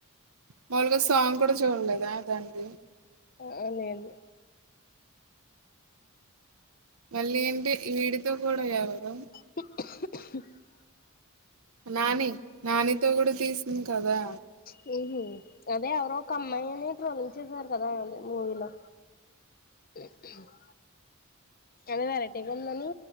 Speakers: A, on the right; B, on the left.
A: మాములుగా సాంగ్ కూడా చూడలేదా దానికి
B: ఆ లేదు
A: మళ్ళీ ఏంటి వీడితో కూడా ఎవరు
B: <inaudible>
A: నాని నానితో కూడా తీసింది కదా
B: హుహు అదే ఎవరో ఒక అమ్మాయని ట్రోలింగ్ చేసారు కదా మూవీలో <unintelligible> అదే మరి వెరటీగా ఉందని